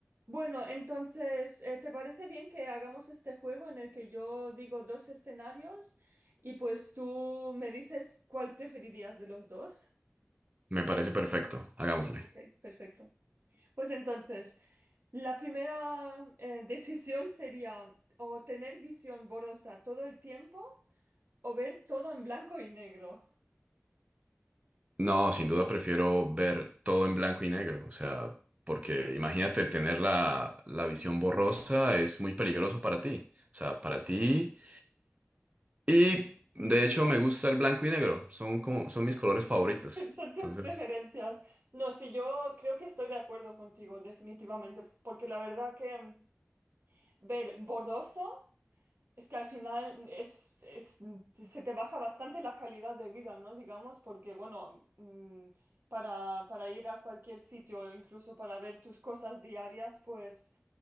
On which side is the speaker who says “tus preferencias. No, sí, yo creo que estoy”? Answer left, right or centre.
Right